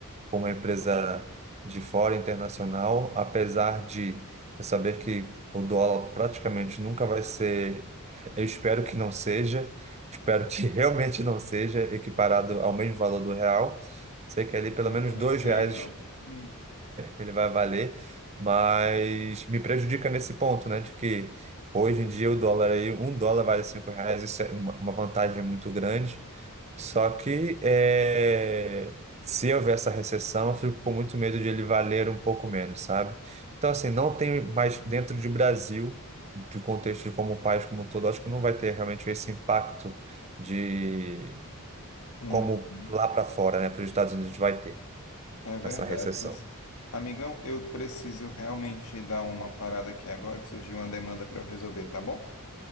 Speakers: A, on the right; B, on the left.
A: com uma empresa de fora internacional, apesar de eu saber que o dólar praticamente nunca vai ser, eu espero que não seja, espero que <laughs> realmente não seja equiparado ao mesmo valor do real. Sei que ali pelo
B: Não,
A: menos dois
B: não sei
A: reais
B: não. Hum,
A: ele vai valer, mas me prejudica nesse ponto, né, de que Hoje em dia o dólar aí, um dólar vale cinco reais, isso é uma uma vantagem muito grande. Só que é, se houver essa recessão, eu fico com muito medo de ele valer um pouco menos, sabe? Então, assim, não tem mais dentro de Brasil, do contexto de como o país como um todo, acho que não vai ter realmente esse impacto de
B: uhum.
A: como lá para fora, né, para os Estados Unidos vai ter
B: É verdade.
A: essa recessão.
B: Pois, amigão, eu preciso realmente dar uma parada aqui agora, que surgiu uma demanda para eu resolver, tá bom?